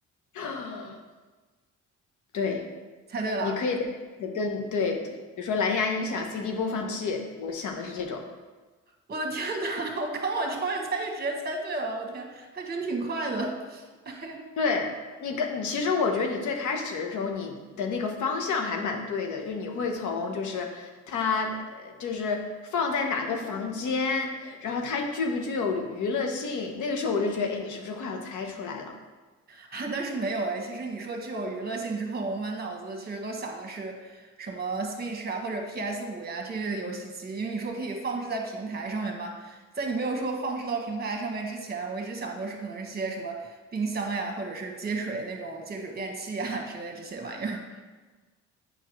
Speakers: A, on the left; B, on the right.
A: <gasps> 对，
B: 猜对了！
A: 你可以再跟对，比如说蓝牙音响、CD 播放器，我想的是这种。
B: 我的天呐，我刚往这方面猜就直接猜对了，我天，还真挺快的。<laughs> 哎呀，
A: 对你跟你，其实我觉得你最开始的时候，你的那个方向还蛮对的，就你会从就是它呃就是放在哪个房间，然后它具不具有娱乐性，那个时候我就觉得，哎，你是不是快要猜出来了？
B: 啊但是没有哎。其实你说具有娱乐性之后，我满脑子其实都想的是什么 Switch 啊，或者 PS 五呀这类的游戏机，因为你说可以放置在平台上面嘛。在你没有说放置到平台上面之前，我一直想都是可能是些什么冰箱呀，或者是接水那种接水电器呀之类这些玩意儿。